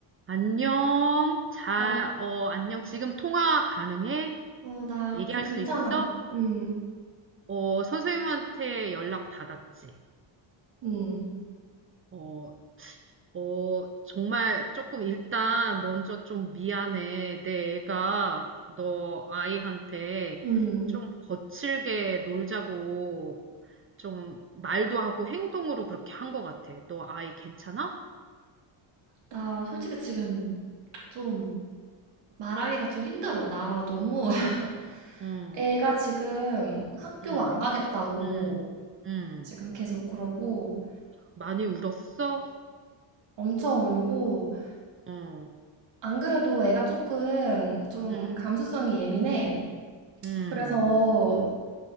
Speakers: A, on the right; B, on the right.
A: 안녕. 자,
B: 어,
A: 어, 안녕. 지금 통화 가능해?
B: 어, 나
A: 얘기할
B: 좀 괜찮아.
A: 수 있어?
B: 응
A: 어, 선생님한테 연락 받았지.
B: 응
A: 어, 어, 정말 조금 일단 먼저 좀 미안해. 내 애가 너 아이한테
B: 응
A: 좀 거칠게 놀자고 좀 말도 하고 행동으로 그렇게 한 것 같아. 너 아이 괜찮아?
B: 나 솔직히 지금 좀 말하기가 좀 힘들어. 나 너무 <laughs>
A: 응,
B: 애가 지금 학교
A: 응,
B: 안 가겠다고
A: 응, 응.
B: 지금 계속 그러고
A: 많이 울었어?
B: 엄청 울고
A: 응.
B: 안 그래도 애가 조금 좀
A: 음,
B: 감수성이 예민해.
A: 음,
B: 그래서